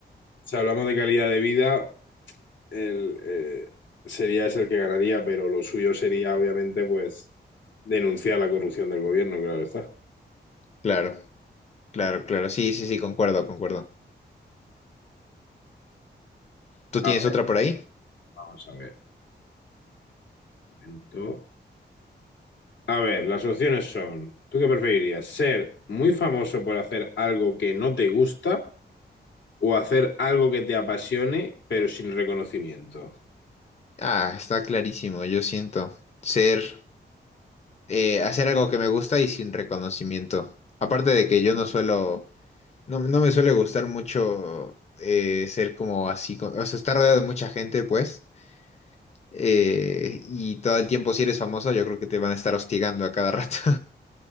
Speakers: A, on the left; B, on the left.
A: Si hablamos de calidad de vida, el, eh, sería ese el que ganaría, pero lo suyo sería, obviamente, pues denunciar la corrupción del gobierno, claro está.
B: Claro, claro, claro. Sí, sí, sí, concuerdo, concuerdo. ¿Tú
A: A
B: tienes
A: ver,
B: otra por ahí?
A: vamos a ver. un momento. A ver, las opciones son, ¿tú qué preferirías? ¿Ser muy famoso por hacer algo que no te gusta o hacer algo que te apasione, pero sin reconocimiento?
B: Ah, está clarísimo, yo siento. Ser, eh, hacer algo que me gusta y sin reconocimiento. Aparte de que yo no suelo, no, no me suele gustar mucho eh, ser como así, co- o sea, estar rodeado de mucha gente, pues. eh, y todo el tiempo, si eres famoso, yo creo que te van a estar hostigando a cada rato.